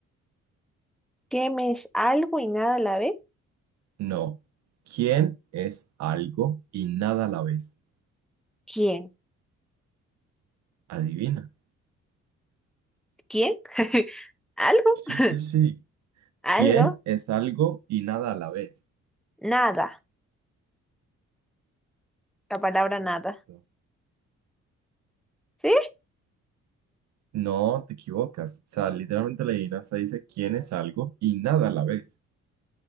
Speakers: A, in the centre; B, on the right (about 65°).
A: ¿Qué me es algo y nada a la vez?
B: No. ¿Quién es algo y nada a la vez?
A: ¿Quién?
B: Adivina.
A: ¿Quién? <laughs> ¿Algo?
B: Sí,
A: <laughs>
B: sí, sí. ¿Quién
A: ¿Algo?
B: es algo y nada a la vez?
A: Nada, la palabra
B: Sí,
A: nada.
B: Exacto.
A: ¿Sí?
B: No, te equivocas. O sea, literalmente la adivinanza dice quién es algo y nada a la vez.